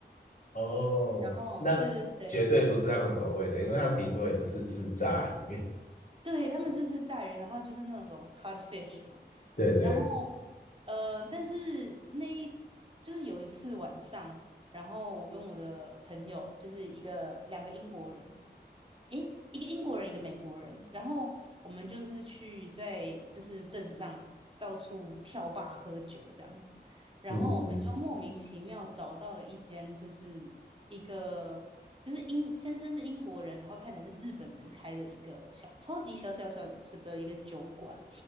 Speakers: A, on the left (about 45°); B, on the right (about 30°).
A: 哦，
B: 然后，
A: 那绝对不是他们口味的，
B: 对对对，
A: 因为他们顶多也只是吃炸鱼。
B: 对，他们是是炸鱼，然后就是那种 codfish 嘛，
A: <laughs> 对对，
B: 然后，呃，但是那一就是有一次晚上，然后我跟我的朋友就是一个两个英国人，诶，一个英国人，一个美国人，然后我们就是去在就是镇上到处跳坝喝酒这样子。然后我们就莫名其妙找到了一间，
A: 嗯嗯嗯，
B: 就是一个就是英先生是英国人，然后太太是日本人开的一个小超级小小小的小的一个酒馆，